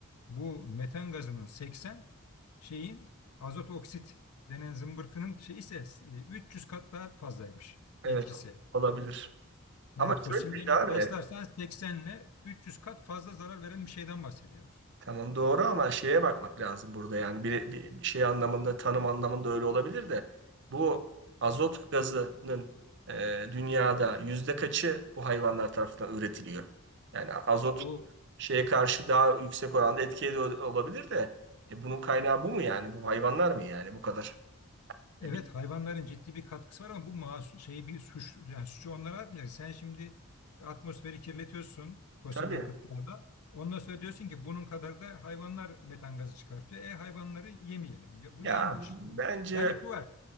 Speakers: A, on the left; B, on the right.
A: bu metan gazının 80 şeyin azot oksit denen zımbırtının şey ise e, 300 kat daha fazlaymış
B: Evet.
A: etkisi.
B: Olabilir.
A: Yani
B: Ama
A: fosillerle
B: şöyle bir şey abi.
A: kıyaslarsan 80 ile 300 kat fazla zarar veren bir şeyden bahsediyoruz.
B: Tamam doğru ama şeye bakmak lazım burada yani bir, bir, bir şey anlamında tanım anlamında öyle olabilir de bu azot gazının e, dünyada yüzde kaçı bu hayvanlar tarafından üretiliyor? Yani azot
A: İşte o
B: şeye karşı daha yüksek oranda etkili ol- olabilir de e, bunun kaynağı bu mu yani? Bu hayvanlar mı yani bu kadar?
A: Evet
B: E, bir,
A: hayvanların ciddi bir katkısı var ama bu masu şeyi bir suç yani suçu onlara atmayacaksın. Sen şimdi atmosferi kirletiyorsun fosil
B: tabii
A: yakıtlarla. Ondan sonra diyorsun ki bunun kadar da hayvanlar metan gazı çıkartıyor. E hayvanları yemeyelim. Ya,
B: ya
A: bu yanlış.
B: bence
A: Yani şu var.